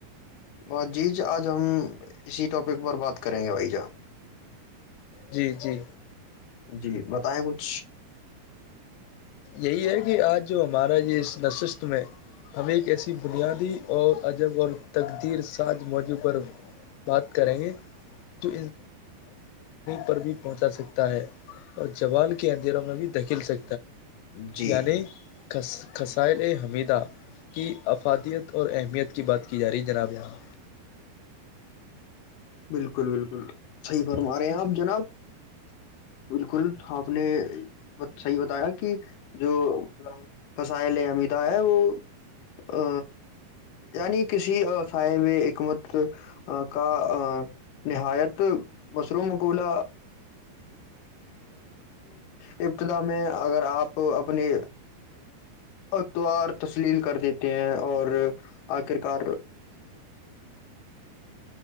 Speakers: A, on the left; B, on the left.
A: اور جی اج ہم اسی ٹاپک پر بات کریں گے بھائی جان
B: جی جی
A: جی بتائیں کچھ
B: یہی ہے کہ اج جو ہمارا اس نشست میں ہمیں کیسی بنیادی اور جب اور تیر سات موجوں پر بات کریں گے تو پر بھی پہنچا سکتا ہے اور جوال کے اندھیرا میں بھی دھکیل سے
A: جی
B: یعنی
A: جی
B: کس <unintelligible> کی افادیت اور اہمیت کی بات کی جا رہی ہے جناب یہاں
A: بالکل بالکل صحیح فرما رہے ہیں اپ جناب بالکل اپ نے صحیح بتایا کہ جو قصائل امیدہ ہے وہ ا یعنی کسی سائے میں حکمت کا ا نہایت مصرومقولہ ابتدا میں اگر اپ اپنی اتوار تسلیل کر دیتے ہیں اور اکر کار